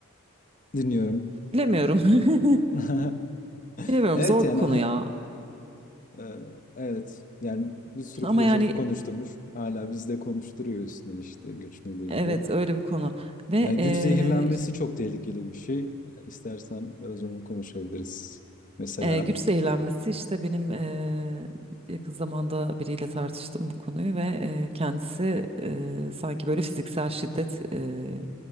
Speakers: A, on the left (about 35°); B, on the right (about 25°).
A: dinliyorum.
B: bilemiyorum. <laughs>
A: <laughs>
B: Bilemiyorum
A: Evet
B: zor
A: yani
B: konu
A: ha-
B: ya.
A: e, evet yani bir sürü
B: Ama
A: filozofu
B: yani
A: konuşturmuş. Hala biz de konuşturuyor üstüne işte güç nedir
B: evet
A: diye.
B: öyle bir konu ve
A: Ya güç
B: eee,
A: zehirlenmesi çok tehlikeli bir şey. İstersen biraz onu konuşabiliriz. Mesela
B: eee, güç zehirlenmesi işte benim eee, yakın zamanda biriyle tartıştım bu konuyu ve eee, kendisi eee, sanki böyle fiziksel şiddet eee,